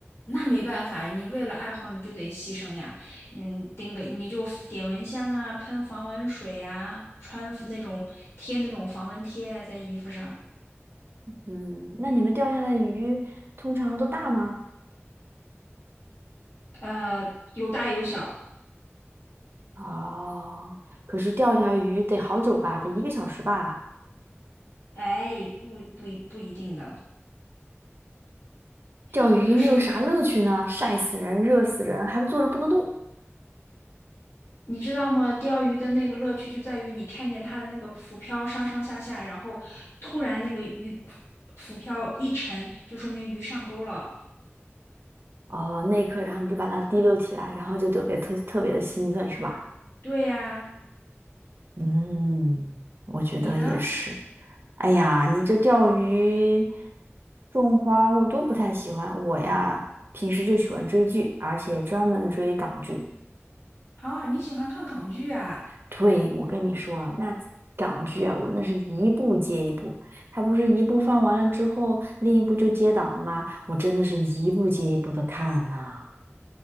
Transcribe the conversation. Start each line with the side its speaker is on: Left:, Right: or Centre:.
Left: 那没办法，你为了爱好你就得牺牲呀。嗯，钉个你就点蚊香啊，喷防蚊水啊，穿那种贴那种防蚊贴在衣服上。
Right: 嗯，那你们钓下来的鱼通常都大吗？
Left: 呃，有大有小，
Right: 哦，可是钓一条鱼得好久吧，得一个小时吧。
Left: 哎，不不一不一定的，
Right: 钓鱼你有啥乐趣呢？
Left: 有的时候
Right: 晒死人，热死人，还不坐着不能动。
Left: 你知道吗？钓鱼的那个乐趣就在于你看见它的那个浮漂上上下下，然后突然那个鱼浮浮漂一沉，就说明鱼上钩了。
Right: 哦，那一刻，然后你就把它提溜起来，然后就特别特特别的兴奋，是吧？
Left: 对呀，
Right: 嗯，我觉得也是。
Left: 你呢？
Right: 哎呀，你这钓鱼、种花我都不太喜欢。我呀，平时就喜欢追剧，而且专门追港剧。
Left: 啊，你喜欢看港剧啊？
Right: 对，我跟你说啊，那港剧啊，我那是一部接一部，它不是一部放完了之后，另一部就接档了吗？我真的是一部接一部的看呐、